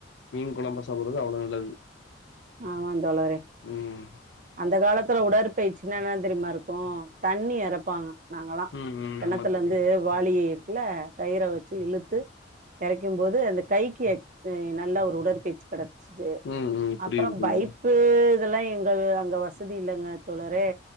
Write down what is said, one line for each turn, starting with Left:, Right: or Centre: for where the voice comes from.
Left: மீன் குழம்பு சாப்பிடடுறது அவ்வளோ நல்லது
Right: ஆமாந்தோழரே
Left: ம்
Right: அந்த காலத்துல உடற் பயிச்சுன்னா என்னான்னு தெரியுமா இருக்கு ம் தண்ணி இறப்பாங்க நாங்கெலாம்
Left: ம் ம்
Right: கிணத்துல
Left: ஆமா தோழி
Right: இருந்து வாலி இருக்குலெ கயிற வச்சு இழுத்து எரைக்கும் போது அந்த கைக்கு நல்லா ஒரு உடற்பயிற்சி கடைக்கு
Left: ம் ம் புரியுது
Right: அப்ற
Left: புரியுது
Right: பைப்பு இதல்லா எங்க அங் வசதி இல்லங்க தோழரே